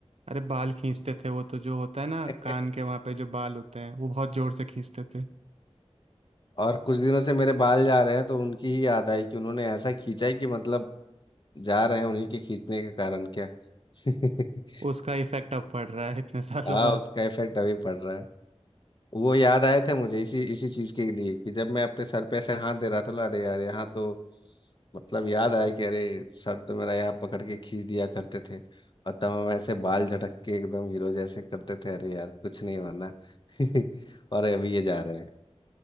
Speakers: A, on the right; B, on the left.
A: अरे बाल खींचते थे वो तो जो होता है ना
B: <laughs>
A: कान के वहां पे जो बाल होते हैं वो बहुत जोर से खींचते थे
B: और कुछ दिनों से मेरे बाल जा रहे हैं तो उनकी ही याद आई कि उन्होंने ऐसा खींचा है कि मतलब जा रहे हैं उन्हीं के खींचने के कारण क्या <laughs>
A: उसका इफेक्ट अब पड़ रहा है इतने सालों
B: हाँ
A: बाद
B: उसका इफेक्ट अभी पड़ रहा है वो याद आए थे मुझे इसी इसी चीज के लिए कि जब मैं अपने सर पे ऐसे हाथ दे रहा था बोला, अरे यार यहाँ तो मतलब याद आया कि अरे सर तो मेरा यहाँ पकड़ के खींच दिया करते थे और तब हम ऐसे बाल झटक के एकदम हीरो जैसे करते थे अरे यार कुछ नहीं होना <laughs> और अभी ये जा रहे हैं